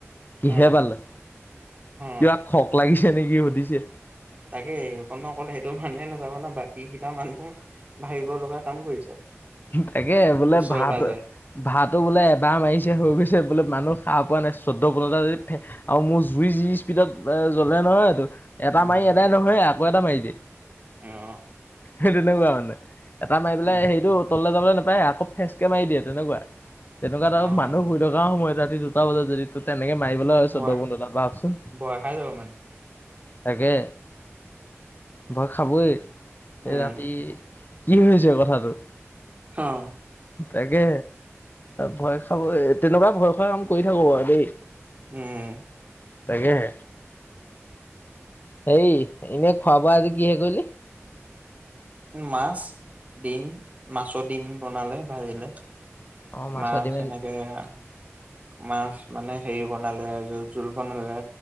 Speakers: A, on the left; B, on the right.
A: কিহে
B: অ
A: পালে,
B: অ
A: কিবা খক লাগিছে নেকি সুধিছে?
B: তাকে অকনে অকণে সেইটো মানুহে নাযাব ন বাকী কিবা মানুহো ভাবিব লগা কাম কৰিছ।
A: তাকে বোলে
B: ওচৰে
A: ভাত
B: পাজৰে
A: ভাতো বোলে এবাৰ মাৰিছে হৈ গৈছে বোলে মানুহ খা পোৱা নাই চৈধ্য পোন্টা যদি ফে- আৰু মোৰ জুই যি স্পীডত এ জ্বলে নহয়টো- এটা
B: উম
A: মাৰি এদাই নহয় আকৌ এটা মাৰি দিয়ে।
B: অঁ'
A: সেই তেনেকুৱা মানে, এটা মাৰি পেলাই
B: উম
A: সেই- টো তলে যাবলে নাপায় আকৌ ফেচকে মাৰি দিয়ে তেনেকুৱা তেনেকুৱাত
B: অ',
A: আৰু মানুহ শু- থকা সময়ত ৰাতি দুটা বজাত যদি তোৰ তেনেকে মাৰিবলৈ হয়
B: ভয়
A: চৌধ্য পোন্ধতাত ভাবকচোন।
B: ভয় খাই যাব মানে।
A: তাকে, ভই খাবই।
B: উম,
A: এই ৰাতি কি হৈছে কথাটো?
B: অঁ'
A: তাকে, ভয় খাবৈ তেনেকুৱা ভয় খোৱা কাম কৰি থাকো বাৰু দেই।
B: উম উম'
A: তাকেহে, হেই এনেই খোৱা বোৱা আজি কি হে কৰিলি?
B: মাছ, ডিম, মাছৰ ডিম বনালে ভাজিলে।
A: অ মাছৰ
B: মাছ
A: ডিম
B: এনেকে- মাছ মানে হেৰি বনালে জোল বনালে